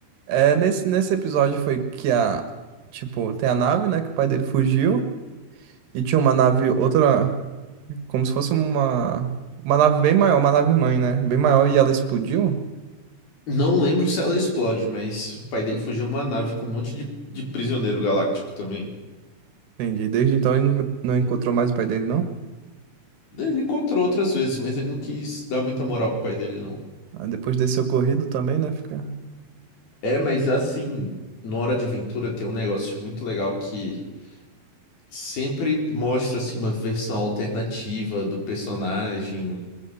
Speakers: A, on the right (about 70°); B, on the left (about 60°).
A: É, nesse, nesse episódio foi que a. Tipo, tem a nave, né? Que o pai dele fugiu. E tinha uma nave, outra. Como se fosse uma. Uma nave bem maior, uma nave mãe, né? Bem maior e ela explodiu.
B: Não lembro se ela explode, mas o pai dele fugiu uma nave com um monte de, de prisioneiro galáctico também.
A: Entendi. Desde então ele não, não encontrou mais o pai dele, não?
B: Ele encontrou outras vezes, mas ele não quis dar muita moral pro pai dele, não.
A: Ah, depois desse ocorrido também, né? Fica.
B: É, mas assim, no Hora de Aventura tem um negócio muito legal que sempre mostra assim, uma versão alternativa do personagem.